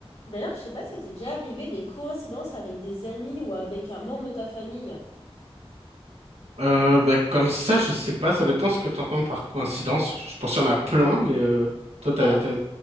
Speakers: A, on the left; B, on the right.
A: D'ailleurs, je sais pas si ça t'est déjà arrivé des coïncidences avec des amis ou avec un membre de ta famille.
B: Euh, bah, comme ça, je sais pas, ça dépend ce que tu entends par coïncidence. Je pense qu'il y en a plein, mais euh, toi, t'as,
A: Alors,
B: t'as,